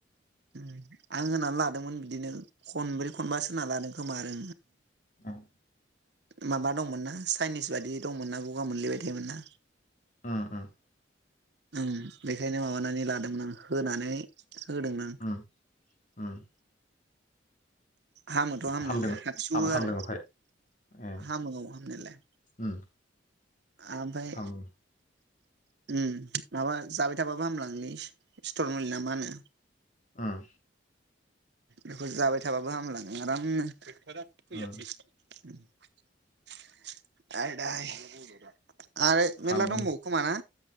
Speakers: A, on the right (about 60°); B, on the left (about 40°).
A: उम आं होनानै लादोंमोन बिदिनो खनब्रै खनबासो होना लादों खोमा आरो
B: उम
A: माबा दंमोनना चाइनिस बायि दंमोनना गगा मोनलि बाय थायमोन ना
B: उम उम
A: उम बेखायनो माबानानै लादोंमोन आं होनानै होदों नों
B: उम उम
A: हामोथ' हामनायालाय
B: हामदों
A: हातसिउवो
B: हाम हामदों
A: आरो
B: ओमफ्राय ए
A: हामो हामनायालाय
B: उम
A: आमफाय
B: हामो
A: उम माबा जाबाय थाबाबो हामलांलै स्टर मुलि ना मा होनो
B: उम
A: बेखौ जाबाय थाबाबो हामलाङो आरामनो फैयाै
B: उम
A: <inaudible> आरो
B: हामो
A: मेरला दंबावो खोमा ना?